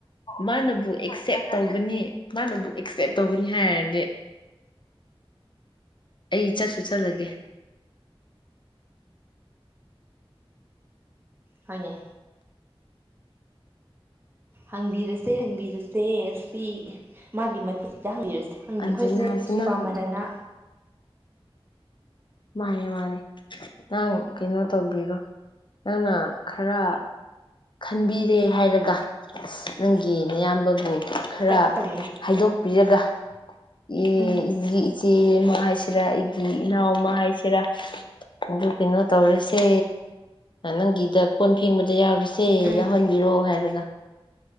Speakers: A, on the left (about 55°); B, on the right (about 20°).
A: ꯃꯥꯅꯕꯨ ꯑꯦꯛꯁꯦꯞ ꯇꯧꯒꯅꯤ ꯃꯥꯅꯕꯨ ꯑꯦꯛꯁꯦꯞ ꯇꯧꯒꯅꯤ ꯍꯥꯏꯔꯗꯤ ꯑꯩ ꯆꯠꯁꯨ ꯆꯠꯂꯒꯦ
B: ꯍꯣꯏꯅꯦ ꯍꯪꯕꯤꯔꯁꯦ ꯍꯪꯕꯤꯔꯁꯦ ꯁꯤ ꯃꯥꯒꯤ ꯃꯊꯛꯁꯤꯗ ꯍꯪꯕꯤꯔꯁꯦ ꯍꯪꯕꯤ
A: ꯑꯗꯨꯅ
B: ꯑꯩꯈꯣꯏꯁꯦ
A: ꯍꯥꯏꯁꯦ
B: ꯁꯤꯔꯤ
A: ꯅꯪ
B: ꯄꯃꯗꯅ
A: ꯃꯥꯅꯦ ꯃꯥꯅꯦ ꯅꯪ ꯀꯩꯅꯣ ꯇꯧꯕꯤꯔꯣ ꯅꯪꯅ ꯈꯔ ꯈꯟꯕꯤꯔꯦ ꯍꯥꯏꯔꯒ ꯑꯁ ꯅꯪꯒꯤ ꯑꯌꯥꯝꯕꯕꯨ ꯈꯔ
B: ꯀꯩꯅꯣ ꯇꯧꯅꯤ
A: ꯍꯥꯏꯗꯣꯛ ꯄꯤꯔꯒ ꯑꯦ
B: ꯎꯝ
A: <unintelligible> ꯑꯃ ꯍꯥꯏꯁꯤꯔꯥ ꯑꯩꯒꯤ ꯏꯅꯥꯎ ꯑꯃ ꯍꯥꯏꯁꯤꯔꯥ ꯑꯗꯨ ꯀꯩꯅꯣ ꯇꯧꯔꯁꯦ ꯅꯪꯒꯤꯗ ꯀꯣꯟ ꯐꯦꯡꯕꯗ ꯌꯥꯎꯔꯁꯦ ꯁꯦ
B: ꯎꯝ
A: ꯌꯥꯎꯍꯟꯕꯤꯔꯣ ꯍꯥꯏꯔꯒ